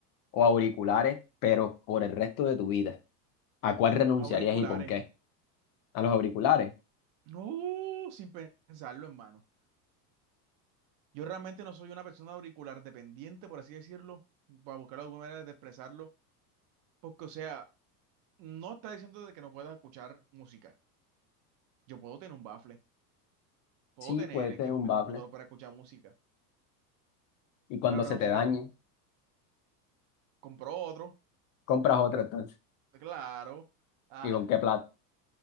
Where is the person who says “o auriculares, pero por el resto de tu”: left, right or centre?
Left